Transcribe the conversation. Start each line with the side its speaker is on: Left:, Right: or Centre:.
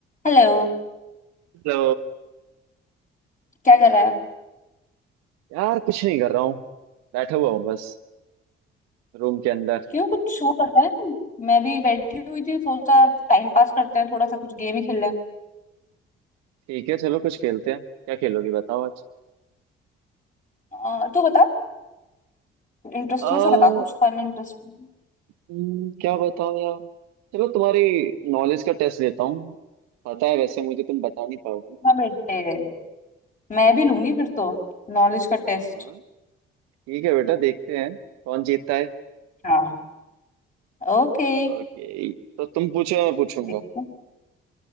Left: Hello
Right: Hello
Left: क्या कर रहा है
Right: यार कुछ नहीं कर रहा हूँ बैठा हुआ हूँ बस रूम के अंदर
Left: क्यों कुछ शो करता है तुम मैं भी बैठी हुई थी सोचा टाइम पास करते हैं थोड़ा सा कुछ गेम ही खेल लें
Right: ठीक है चलो कुछ खेलते हैं क्या खेलोगी बताओ आज
Left: अ, तू बता इंटरेस्टिंग
Right: आ,
Left: सा बता कुछ फन इंटरेस्टिंग
Right: हम्म, क्या बताओ यार चलो तुम्हारी नॉलेज का टेस्ट लेता हूँ पता है वैसे मुझे तुम बता नहीं पाओगी
Left: हाँ बेटे मैं भी लूंगी फिर तो नॉलेज का टेस्ट
Right: हाँ हाँ ठीक है बेटा देखते हैं कौन जीतता है
Left: हाँ ओके
Right: ओके तो तुम पूछो या मैं पूछूंगा
Left: देखो